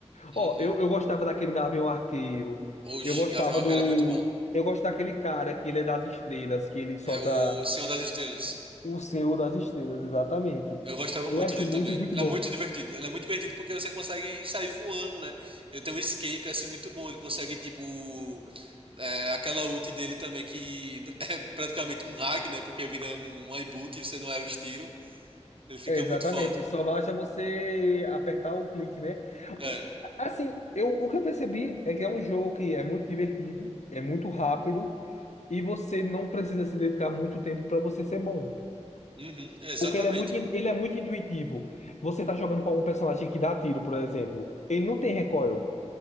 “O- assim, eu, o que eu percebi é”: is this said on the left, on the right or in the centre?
Left